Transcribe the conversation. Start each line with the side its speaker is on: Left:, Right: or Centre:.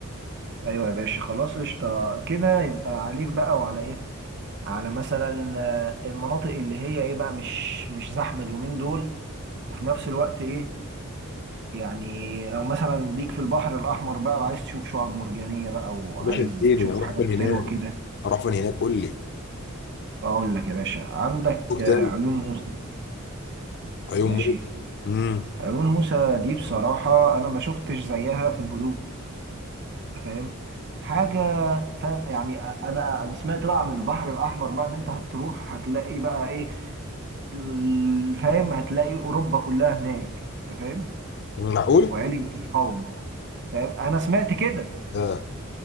Right: ايوه يا باشا خلاص قشطه كده يبقى عليك بقى وعلى ايه على مثلا آه، المناطق اللي هي ايه بقى مش مش زحمه اليومين دول وفي نفس الوقت ايه يعني لو مثلا ليك في البحر الاحمر بقى وعايز تشوف شعاب مرجانيه بقى وعايز
Left: يا باشا اديني
Right: تشوف
Left: اروح
Right: حاجات
Left: فين
Right: حلوه
Left: هناك
Right: كده
Left: اروح فين هناك قول لي
Right: اقول لك يا باشا عندك
Left: فوق
Right: آه،
Left: تاني
Right: عيون موسى
Left: عيون
Right: ماشي
Left: موت امم
Right: عيون موسى دي بصراحة انا ما شفتش زيها في الهدوء أنت فاهم حاجة فاهم يعني انا انا سمعت بقى عن البحر الاحمر بقى ان انت هتروح هتلاقي بقى ايه ال- فاهم هتلاقي اوروبا كلها هناك انت فاهم
Left: معقول؟
Right: وعلية القوم فاهم انا سمعت كده
Left: اه